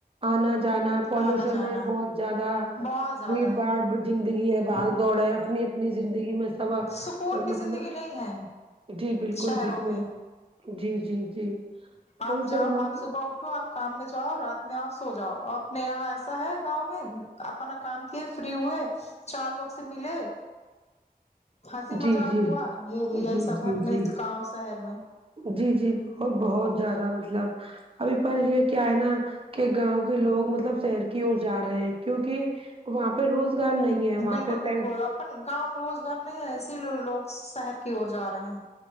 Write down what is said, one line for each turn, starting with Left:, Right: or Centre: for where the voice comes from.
Right: آنا جانا پالوشن
Left: آنا جانا
Right: ہے بہت زیادہ
Left: بہت زیادہ
Right: بھیڑ بھاڑ
Left: ہے
Right: زندگی ہے باگ دوڑ ہے اپنی اپنی زندگی میں سب
Left: سکون کی
Right: مطلب
Left: زندگی نہیں ہے
Right: جی بالکل
Left: شہروں
Right: بالکل
Left: میں
Right: جی جی جی
Left: آپ
Right: ابھی
Left: جاؤ
Right: سے رہا ہوں
Left: آپ صبح اٹھو آپ کام میں جاؤ رات میں آؤ سو جاؤ اپنے یہاں ایسا ہے گاؤں میں اپنا کام کیے فری ہوئے چار لوگ سے ملے ہنسی
Right: جی
Left: مذاق
Right: جی
Left: ہوا یہی یہی
Right: جی
Left: سب
Right: جی
Left: ہے اپنے
Right: جی
Left: گاؤں شہر میں
Right: جی جی بہت بہت زیادہ مطلب ابھی پر یہ کیا ہے نا کہ گاؤں کے لوگ مطلب شہر کی اور جا رہے ہیں کیونکہ وہاں پہ روزگار نہیں ہے وہاں
Left: بالکل
Right: پہن
Left: بالکل گاؤں میں روزگار نہیں ہے اسی لیے لوگ شہر کی اور جا رہے ہیں